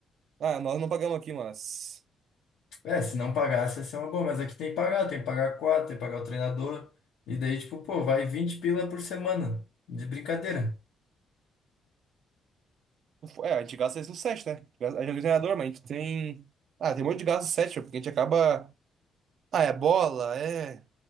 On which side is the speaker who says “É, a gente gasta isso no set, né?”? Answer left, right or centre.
Right